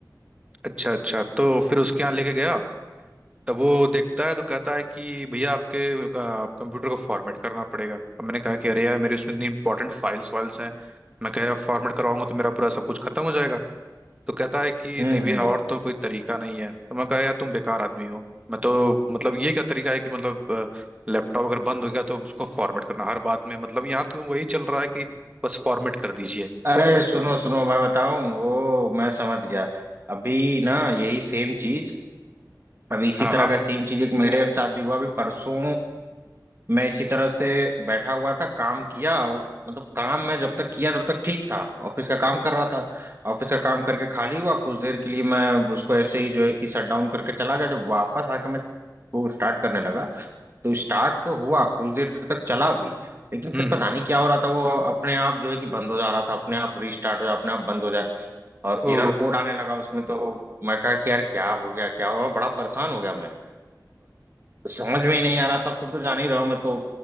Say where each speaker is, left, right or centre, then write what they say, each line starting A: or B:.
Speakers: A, on the right; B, on the right.
A: अच्छा अच्छा तो फिर उसके यहाँ लेके गया तब वो देखता है तो कहता है कि भैया आपके कंप्यूटर को फॉर्मेट करना पड़ेगा अब मैंने कहा कि अरे यार मेरे उसमें इतनी इंपॉर्टेंट फाइल्स वाइल्स हैं मैं कह फॉर्मेट करवाऊंगा तो मेरा पूरा सब कुछ खत्म हो जाएगा तो कहता है कि
B: हम्म
A: नहीं भैया
B: हम्म
A: और तो कोई तरीका नहीं है तो मैं कहा यार तुम बेकार आदमी हो मैं तो मतलब ये क्या तरीका है कि मतलब लैपटॉप अगर बंद हो गया तो उसको फॉर्मेट करना हर बात में मतलब यहाँ तो वही चल रहा है कि बस फॉर्मेट कर दीजिए
B: अरे सुनो सुनो मैं बताऊं वो मैं समझ गया अभी ना यही सेम चीज अभी इसी
A: हाँ
B: तरह
A: हाँ
B: का सेम चीज एक मेरे साथ भी हुआ अभी परसों मैं इसी तरह से बैठा हुआ था काम किया मतलब काम मैं जब तक किया तब तक ठीक था ऑफिस का काम कर रहा था ऑफिस का काम करके खाली हुआ कुछ देर के लिए मैं उसको ऐसे ही जो है कि शट डाउन करके चला गया जब वापस आके मैं वो स्टार्ट करने लगा तो स्टार्ट तो हुआ कुछ देर तक चला भी लेकिन फिर
A: हम्म
B: पता
A: हम्म।
B: नहीं क्या हो रहा था वो अपने आप जो है कि बंद हो जा रहा था अपने आप रीस्टार्ट हो जा अपने आप बंद हो जाए और
A: ओ
B: एरर कोड आने लगा उसमें तो मैं कहा कि यार क्या हो गया क्या हो गया बड़ा परेशान हो गया मैं समझ में ही नहीं आ रहा था अब तुम तो जान ही रहे हो मैं तो